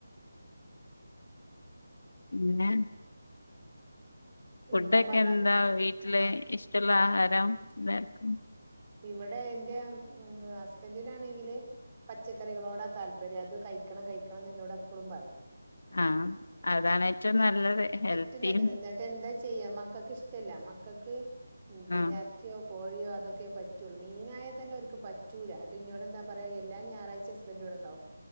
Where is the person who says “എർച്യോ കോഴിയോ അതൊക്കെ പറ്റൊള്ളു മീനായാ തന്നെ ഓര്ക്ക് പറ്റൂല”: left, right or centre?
Right